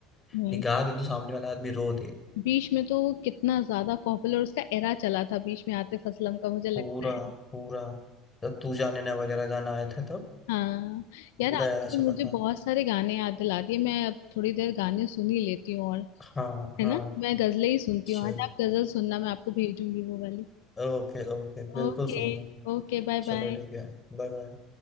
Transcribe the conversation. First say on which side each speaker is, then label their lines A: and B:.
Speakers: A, on the left; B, on the left.
A: नहीं
B: कि गा दे तो सामने वाला आदमी रो दे
A: बीच में तो वो कितना ज्यादा पॉपुलर उसका एरा चला था बीच में आतिफ असलम का मुझे लगता
B: पूरा
A: है
B: पूरा जब तू जाने ना वगैरह गाना आया था तब
A: हाँ यार
B: पूरा
A: आपने
B: एरा
A: तो
B: चला
A: मुझे
B: था
A: बहुत सारे गाने याद दिला दिए मैं अब थोड़ी देर गाने सुन ही लेती हूँ और
B: हाँ
A: है
B: हाँ
A: ना मैं गजलें ही सुनती
B: चलो
A: हूँ आज आप गजल सुनना मैं आपको भेजूंगी वो वाली
B: ओके ओके बिल्कुल
A: ओके
B: सुनूंगा मैं।
A: Okay bye
B: चलो
A: bye
B: ठीक है Bye bye